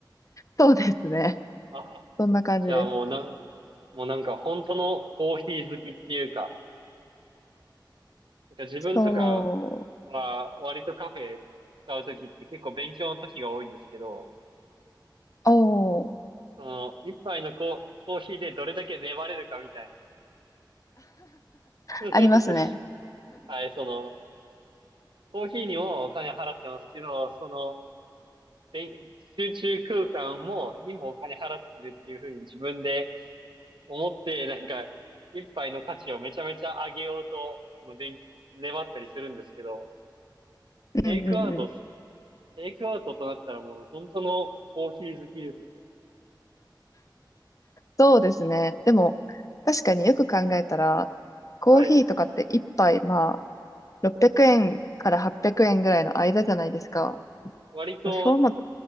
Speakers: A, on the left; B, on the right.
A: そうですね。
B: あ、
A: そんな感じです。
B: じゃあもうなん、もうなんか本当のコーヒー好きっていうか、なんか自分とか
A: そ
B: は割とカフェ使うときって結構勉強の時が多いんですけど、
A: う。おー、
B: その、一杯のコ、コーヒーでどれだけ粘れるかみたいな。<laughs>
A: ありますね。
B: はい、その、コーヒーにもお金払ってますけど、その、勉集中空間も、にもお金払ってるっていうふうに自分で思って、なんか、一杯の価値をめちゃめちゃ上げようと、この勉、粘ったりするんですけど、テイクアウト、
A: うんうんうん。
B: テイクアウトとなったらもう本当のコーヒー好きですね。
A: そうですね。でも、確かによく考えたら、コーヒーとかって一杯、
B: はい。
A: まあ、600円から800円ぐらいの間じゃないですか。
B: 割と
A: そうも、